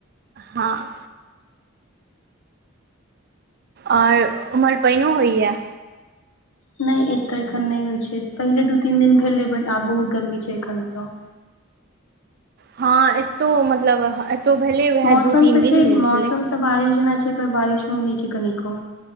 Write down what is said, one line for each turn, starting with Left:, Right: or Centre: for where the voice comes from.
Right: हँ आओर अ ओमहर पानिओ होइया।
Left: नहि एतय एखन नहि होइत छै, पहिले दू तीन दिन भेलै बट आब बहुत गर्मी छै एखन एतय।
Right: हँ एतौ मतलब ह
Left: मौसम
Right: एतौ भेलै उएह दू तीन
Left: तऽ छै
Right: दिन भेल
Left: मौसम
Right: छलै।
Left: तऽ बारिश जेना छै त बारिशो नहि छै कनिको।